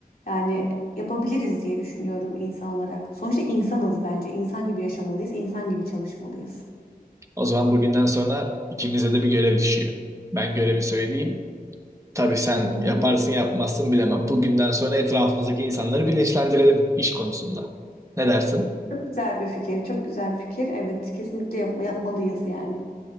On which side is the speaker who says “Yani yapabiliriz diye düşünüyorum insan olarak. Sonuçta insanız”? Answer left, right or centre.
Left